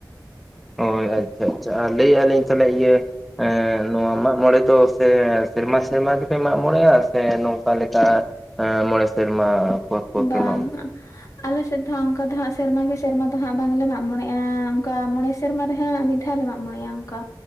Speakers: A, in the centre; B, on the left.
A: ᱦᱚᱭ ᱟᱪᱪᱷᱟ ᱟᱪᱪᱷᱟ ᱟᱨ ᱞᱟᱹᱭᱮᱜ ᱟᱞᱤᱧ ᱛᱟᱦᱚᱞᱮ ᱤᱭᱟᱹᱼᱼ ᱮᱸ ᱱᱚᱣᱟ ᱢᱟᱜ ᱢᱚᱲᱮ ᱫᱚ ᱥᱮ ᱥᱮᱨᱢᱟ ᱥᱮᱨᱢᱟ ᱜᱮᱯᱮ ᱢᱟᱜ ᱢᱚᱬᱮᱟ ᱥᱮ ᱱᱚᱝᱠᱟ ᱞᱮᱠᱟ ᱢᱚᱬᱮ ᱥᱮᱨᱢᱟ? ᱯᱚᱨ ᱯᱚᱨ
B: ᱵᱟᱝ
A: ᱯᱮ ᱢᱟᱜ ᱢᱚᱬᱮᱜᱼᱟ?
B: ᱟᱞᱮ ᱥᱮᱫ ᱫᱚ ᱦᱟᱸᱜ ᱚᱝᱠᱟ ᱫᱚ ᱦᱟᱸᱜ ᱥᱮᱨᱢᱟ ᱜᱮ ᱥᱮᱨᱢᱟ ᱫᱚ ᱦᱟᱸᱜ ᱵᱟᱝᱞᱮ ᱢᱟᱜ ᱢᱚᱬᱮᱟ ᱚᱝᱠᱟ ᱢᱚᱬᱮ ᱥᱮᱨᱢᱟ ᱨᱮ ᱦᱟᱸᱜ ᱢᱤᱫ ᱫᱷᱟ ᱞᱮ ᱢᱟᱜ ᱢᱚᱬᱮᱟ ᱚᱝᱠᱟ᱾